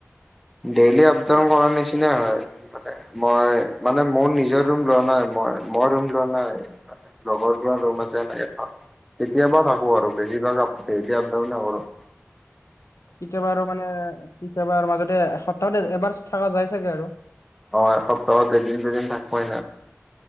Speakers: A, in the centre; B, on the left.
A: ডেইলি আপডাউন কৰাৰ নিচিনাই হয়, মানে মই মানে মোৰ নিজৰ ৰুম লোৱা নাই ম মই ৰুম লোৱা নাই লগৰ ৰুম আছে এনেকে কেতিয়াবা থাকো আৰু বেছিভাগ আপ ডেইলী আপ ডাউনে কৰো।
B: <inaudible> কেতিয়াবা আৰু মানে, কেতিয়াবাৰ মাজতে সপ্তাহতে এবাৰ থাকা যায় চাগে আৰু।
A: অ এসপ্তাহত এদিন দুদিন থাক পাই ন।